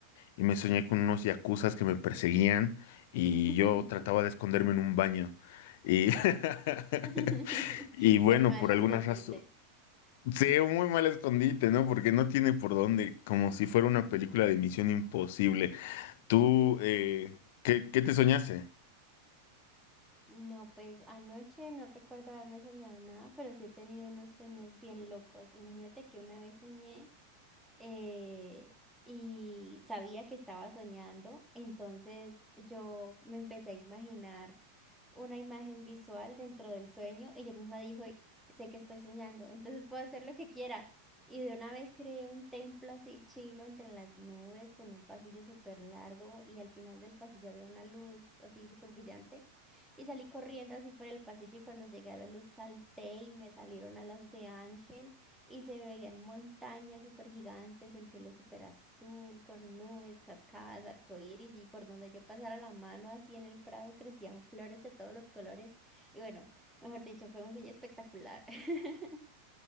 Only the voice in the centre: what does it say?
<laughs>
<laughs>
Qué mal
escondite.
Ujú.
No, pues anoche no recuerdo haberme soñado nada, pero sí he tenido unos sueños bien locos. Imagínate que una vez soñé. eh, y sabía que estaba soñando, entonces yo me empecé a imaginar una imagen visual dentro del sueño y yo misma dije, sé que estoy soñando, entonces puedo hacer lo que quiera. Y de una vez creé un templo así chino entre las nubes con un pasillo súper largo y al final del pasillo había una luz así súper brillante y salí corriendo así por el pasillo y cuando llegué a la luz salté y me salieron alas de ángel y se veían montañas súper gigantes, el cielo súper azul, con nubes, cascadas, arcoíris, y por donde yo pasara la mano así en el prado crecían flores de todos los colores. Y bueno, mejor dicho, fue un sueño espectacular. <laughs>